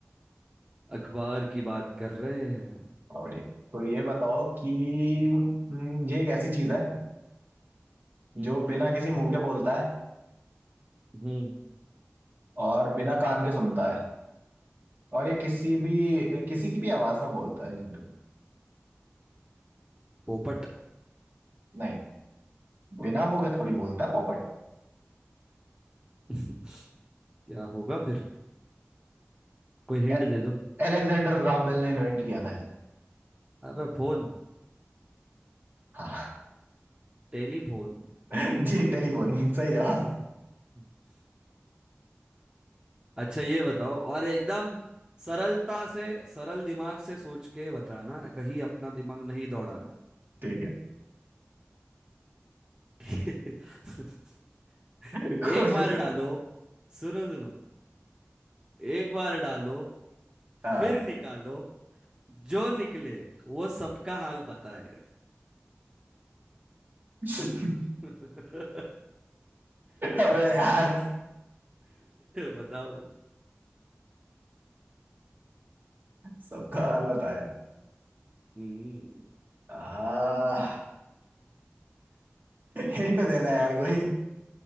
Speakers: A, on the right; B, on the right.
A: अखबार की बात कर रहे हैं हम
B: और बढ़िया तो ये बताओ कि हम्म, ये एक ऐसी चीज
A: हम्म
B: है
A: हम्म
B: जो बिना किसी मुंह के बोलता है
A: हम्म
B: और बिना कान के सुनता है और ये किसी भी किसी की भी आवाज में बोलता है जनरली
A: पोपट
B: नहीं बिना मुंह के थोड़ी बोलता है पोपट
A: <laughs> क्या होगा फिर कोई हिंट
B: ए-
A: दे दो
B: एलेक्जेंडर ग्राहम बेल ने इन्वेंट किया था इसे।
A: अबे फोन
B: हाँ
A: टेलीफोन
B: <laughs> जी टेलीफोन सही जवाब
A: <laughs> अच्छा ये बताओ और एकदम सरलता से सरल दिमाग से सोच के बताना कहीं अपना दिमाग नहीं दौड़ाना
B: ठीक है
A: <laughs>
B: कोशिश
A: एक बार
B: करो
A: डालो सुनो सुनो एक बार डालो
B: हाँ
A: फिर निकालो जो निकले वो सबका हाल बताए
B: <laughs>
A: <laughs>
B: अबे यार
A: बताओ
B: सबका हाल बताया
A: हम्म
B: आ, हिंट देना यार कोई